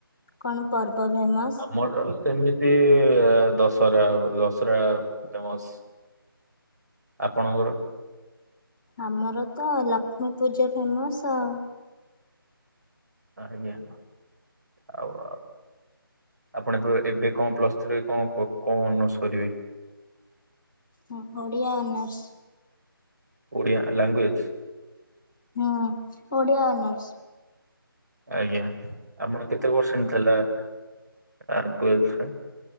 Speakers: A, in the centre; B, on the right (about 50°).
A: କଣ ପର୍ବ ଫେମସ?
B: ଆମର ସେମିତି ଦଶହରା ଆଉ ଦଶହରା ଫେମସ। ଆପଣଙ୍କର?
A: ଆମର ତ ଲକ୍ଷ୍ମୀ ପୂଜା ଫେମସ ଆଉ।
B: ଆଜ୍ଞା ଆଉ ଆ। ଆପଣ ଏ ଏବେ କଣ ପ୍ଲସ୍ ଥ୍ରୀ କଣ କଣ ଅନର୍ସ କରିବେ?
A: ହ ଓଡ଼ିଆ ଅନର୍ସ।
B: ଓଡ଼ିଆ ଲାଙ୍ଗୁଏଜ୍।
A: ହୁଁ ଓଡ଼ିଆ ଅନର୍ସ।
B: ଆଜ୍ଞା ଆପଣ କେତେ ପରସେଣ୍ଟ ଥିଲା ଟୁଏଲଥ୍ରେ?